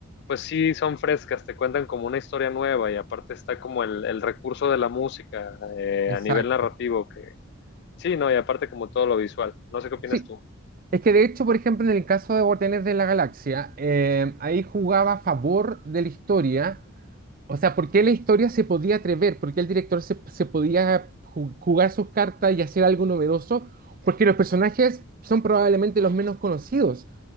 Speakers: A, on the left; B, on the right.
A: pues sí son frescas, te cuentan como una historia nueva y aparte está como el, el recurso de la música eh,
B: exacto.
A: a nivel narrativo que sí, no, y aparte como todo lo visual. No sé qué opinas
B: Sí,
A: tú.
B: es que de hecho, por ejemplo, en el caso de Guardianes de la Galaxia, eh, ahí jugaba a favor de la historia O sea, ¿por qué la historia se podía atrever? ¿Por qué el director se, se podía ju- jugar sus cartas y hacer algo novedoso? Porque los personajes son probablemente los menos conocidos